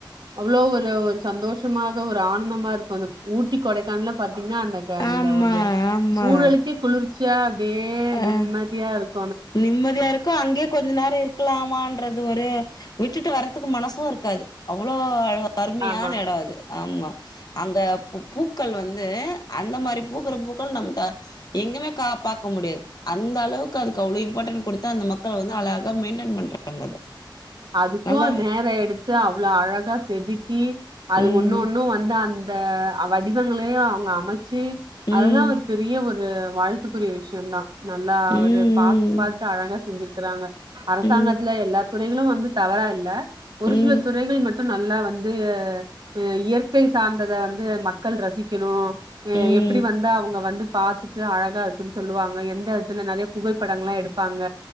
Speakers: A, on the right (about 60°); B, on the left (about 50°).
A: அவ்வளோ ஒரு ஒரு சந்தோஷமாக ஒரு ஆனந்தமா இருக்கு அந்த ஊட்டி கொடைக்கானல்லா பா திங்கன்னா அந்த க அந்த
B: ஆமா
A: ஒரு
B: ஆமா
A: சூழலுக்கே குளிர் ச்சியார் அப்டியே நிம்மதியா
B: அ
A: இருக்
B: நிம்மதியா இருக்கும் அங்கயே கொஞ்ச நேரம் இருக்கலாமான்றது ஒரு விட்டுட்டு வர்றதுக்கு மனசும் இருக்காது அவ்ளோ அழ அருமையான
A: ஆமா
B: எடம் அது ஆமா அங்க பு பூக்கள் வந்து அந்த மாரி பூக்கற பூக்கள் நம்ம த எங்குமே க பாக்க முடியாது அந்த அளவுக்கு அது கவ்லோ இம்பாடன் குடுத்தா அந்த மக்கள் வந்து அழகா மெய்ன்டைன் பண்றாங்க அத
A: அதுக்கு
B: நல்லாவே
A: நேரோ
B: இருக்கு
A: எடுத்து அவ்ளோ அழகா செதுக்கி அது
B: ம்
A: ஒன்னு ஒண்ணும் வந்தா அந்த வடிவங்களையும் அவங்க அமைச்சு அதெல்லா
B: ம்
A: ஒரு பெரிய ஒரு ஒரு வாழ்த்துக்குரிய விஷயம் தா நல்லா அவரு
B: ம்
A: பாத்து பாத்து அழகா செஞ்சிருக் க்றாங்க அரசாங்கத்துல
B: ம்
A: எல்லா துறைகளும் வந்து தவறா இல்ல ஒரு
B: ம் ம்
A: சில துறைகள் மட் டும் நல்லா வந்து ஏ து இயற்கை சார்ந் அத வந்து மக்கள் ரசிக்கணு
B: ம்
A: ஏ எப் இப்டி வந்தா அவங்க வந்து பாத்துட்டு அழகா இருக்குனு சொல்லுவாங்க எந்த எடத்துல நெறைய புகைப்படங்கள்ல்லா எடுப்பாங்க